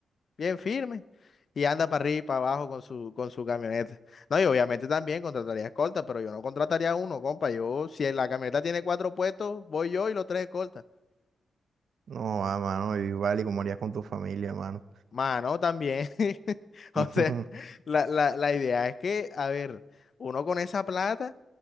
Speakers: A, on the left (about 55°); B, on the right (about 75°).
A: bien firme y anda para arriba y para abajo con su, con su camioneta. No, y obviamente también contrataría escolta, pero yo no contrataría uno, compa. Yo, si la camioneta tiene cuatro puestos, voy yo y los tres escoltas.
B: No, ah, mano, igual, ¿y cómo harías con tu familia, mano?
A: Mano, también. <laughs> O
B: Ujú.
A: sea, la, la, la idea es que, a ver, uno con esa plata,